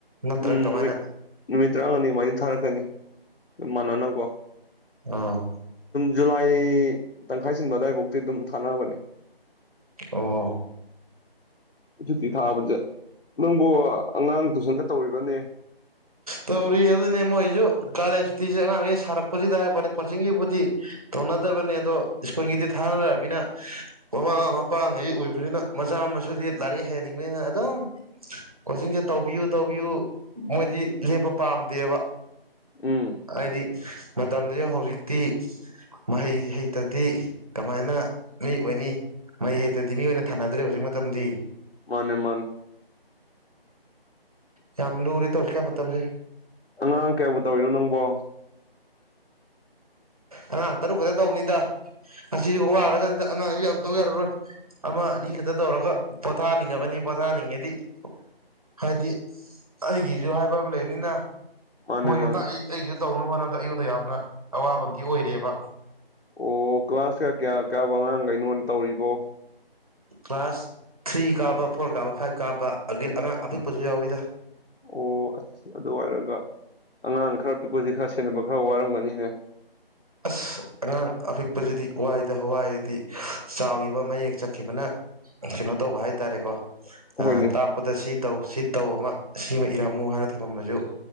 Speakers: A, on the right; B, on the left.
A: ꯅꯠꯇ꯭ꯔ
B: ꯎꯝ
A: ꯀꯃꯥꯏꯅ
B: ꯅꯨꯃꯤꯠ ꯅꯨꯃꯤꯠ ꯇꯔꯥꯉꯥꯅꯤ ꯑꯗꯨꯃꯥꯏꯅ ꯊꯥꯔꯛꯀꯅꯤ ꯃꯅꯅ ꯀꯣ
A: ꯑ
B: ꯖꯨꯂꯥꯏ ꯇꯪꯈꯥꯏ ꯁꯤꯟꯕ ꯑꯗꯨꯋꯥꯏꯐꯥꯎꯗꯤꯤ ꯑꯗꯨꯝ ꯊꯥꯅꯅꯕꯅꯦ
A: ꯑꯣ
B: ꯁꯨꯇꯤ ꯊꯥꯕꯁꯦ ꯅꯪꯕꯨ ꯑꯉꯥꯡ ꯇꯨꯏꯁꯟꯒ ꯇꯧꯔꯤꯕꯅꯦ
A: ꯇꯧꯔꯤ ꯑꯗꯨꯅꯦ ꯃꯁꯨ ꯀꯒꯥꯗꯦꯁꯨꯇꯤꯁꯦꯦ ꯁꯔꯛꯄꯁꯤ ꯇꯦꯔꯦ ꯀꯣꯆꯤꯡꯒꯤꯕꯨꯗꯤ ꯇꯧꯅꯗꯕꯅꯤ ꯑꯗꯣ ꯁ꯭ꯀꯨꯜꯒꯤꯗꯤ ꯊꯥꯅꯅꯤꯅ ꯃꯃꯥ ꯃꯄꯥꯉꯩ ꯑꯣꯏꯕꯅꯤꯅ ꯃꯆꯥ ꯃꯨꯗꯤ ꯂꯥꯏꯔꯤꯛ ꯍꯩꯍꯟꯅꯤꯡꯕꯅꯤꯅ ꯑꯗꯨꯝ ꯀꯣꯆꯤꯡꯁꯦ ꯇꯧꯕꯤꯌꯨ ꯇꯧꯕꯤꯌꯨ ꯃꯣꯏꯗꯤ ꯂꯦꯞꯄ ꯄꯥꯝꯗꯦꯕ
B: ꯎꯝ
A: ꯍꯥꯏꯗꯤ ꯃꯇꯝꯗꯨꯗ ꯍꯧꯖꯤꯛꯇꯤ ꯃꯍꯩ ꯍꯩꯇꯗꯤ ꯀꯃꯥꯏꯅ ꯃꯤ ꯑꯣꯏꯅꯤ ꯃꯩ ꯍꯩꯇꯗꯤ ꯃꯤ ꯑꯣꯏꯅ ꯊꯥꯅꯗ꯭ꯔꯦ ꯍꯧꯖꯤꯛ ꯃꯇꯝꯗꯤ
B: ꯃꯥꯅꯦ ꯃꯥꯥꯟ
A: ꯌꯥꯝ ꯂꯨꯔꯦ ꯇꯧꯁꯤꯀꯥꯟ ꯃꯇꯝꯁꯦ
B: ꯑꯉꯥꯡ ꯀꯌꯥꯕꯨ ꯇꯧꯔꯤꯅꯣ ꯅꯪꯕꯣ
A: ꯑꯉꯥꯡ ꯇꯔꯨꯛ ꯈꯛꯇ ꯇꯧꯅꯤꯗ ꯑꯁꯤꯁꯨ ꯋꯥꯔꯀꯅꯤꯗ ꯑꯉꯥꯡꯁꯨ ꯌꯥꯝ ꯇꯧ ꯌꯥꯔꯔꯣꯏ ꯑꯃ ꯑꯅꯤ ꯈꯛꯇ ꯇꯧꯔꯒ ꯄꯣꯊꯥꯅꯤꯡꯉꯕꯅꯤ ꯄꯣꯊꯥꯅꯤꯡꯉꯗꯤ ꯍꯥꯏꯕꯗꯤ ꯑꯩꯒꯤꯁꯨ ꯍꯥꯏꯕ ꯑꯃ ꯂꯩꯕꯅꯤꯅ
B: ꯃꯥꯅꯦ
A: ꯃꯣꯏꯁꯨ
B: ꯃꯥꯅꯦ
A: ꯇꯥꯛ ꯑꯩꯁꯨ ꯇꯧꯅꯕ ꯍꯣꯠꯅꯕꯗ ꯑꯩꯉꯣꯟꯗ ꯌꯥꯝꯅ ꯑꯋꯥꯕꯝꯗꯤ ꯑꯣꯏꯔꯦꯕ
B: ꯑꯣ ꯀ꯭ꯂꯥꯁꯀ ꯀꯌꯥ ꯀꯌꯥꯕ ꯑꯉꯥꯡꯈꯩꯅꯣ ꯇꯧꯔꯤꯕꯣ
A: ꯀ꯭ꯂꯥꯁ ꯊ꯭ꯔꯤ ꯀꯥꯕ ꯐꯣꯔ ꯀꯥꯕ ꯐꯥꯏꯚ ꯀꯥꯕ ꯑ ꯑꯉꯥꯡ ꯑꯄꯤꯛꯄꯁꯨ ꯌꯥꯎꯋꯤꯗ
B: ꯑꯣ ꯑꯁ ꯑꯗꯨ ꯑꯣꯏꯔꯒ ꯑꯉꯥꯡ ꯑꯪꯈꯔꯗꯀꯣꯖꯤꯛ ꯈꯁꯤꯦ ꯁꯦꯟꯅꯕ ꯈꯔ ꯋꯥꯔꯝꯒꯅꯤꯅꯦ
A: ꯑꯁ ꯑꯉꯥꯡ ꯑꯄꯤꯛꯄꯁꯤꯗꯤ ꯋꯥꯏꯗ ꯍꯋꯥꯏꯔꯗꯤ ꯆꯥꯎꯈꯤꯕ ꯃꯌꯦꯛ ꯆꯠꯈꯤꯕꯅ ꯀꯩꯅꯣ ꯇꯧꯕ ꯍꯥꯏꯇꯥꯔꯦꯀꯣ
B: ꯍꯣꯏꯅꯦ
A: ꯑ ꯇꯥꯛꯄꯗ ꯁꯤ ꯇꯧ ꯁꯤ ꯇꯧꯕ ꯑꯃ ꯁꯤꯃ ꯏꯔꯝꯃꯨ ꯍꯥꯏꯔ ꯊꯝꯃꯃꯁꯨ